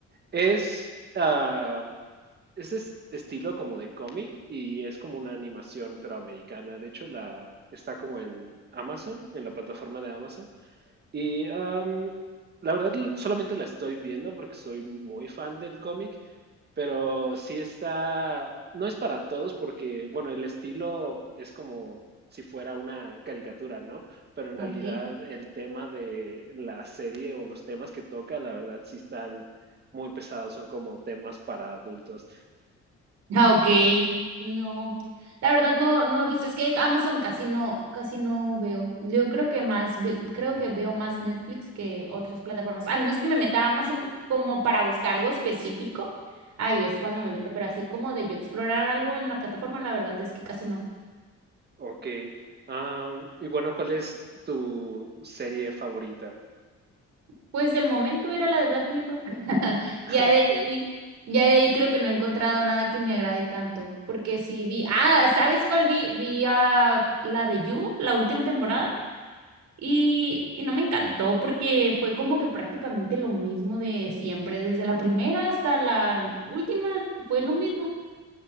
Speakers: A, on the right; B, on the right.
A: Es, ah, es es- estilo como de cómic y es como una animación pero americana. De hecho, la está como en Amazon, en la plataforma de Amazon. Y am, la verdad l- solamente la estoy viendo porque soy muy fan del cómic, pero sí está, no es para todos porque, bueno, el estilo es como si fuera una caricatura, ¿no? Pero en
B: Ok.
A: realidad el tema de la serie o los temas que toca, la verdad sí están muy pesados, son como temas para adultos.
B: Ah, ok. No, la verdad no, no he visto. Es que Amazon casi no, casi no veo. Yo creo que más, ve- creo que veo más Netflix que otras plataformas. A menos que me meta a Amazon como para buscar algo específico. Ahí es cuando me meto, pero así como de yo explorar algo en la plataforma, la verdad es que casi no.
A: Ok. am, y bueno, ¿cuál es tu serie favorita?
B: Pues del momento era la de Black Mirror. <laughs>
A: <laughs>
B: Ya de
A: Ok.
B: ahí, ya de ahí creo que no he encontrado nada que me agrade tanto. Porque sí vi, ah, ¿sabes cuál vi? Vi ah, la de You, la última temporada. Y, y no me encantó porque fue como que prácticamente lo mismo de siempre, desde la primera hasta la última fue lo mismo.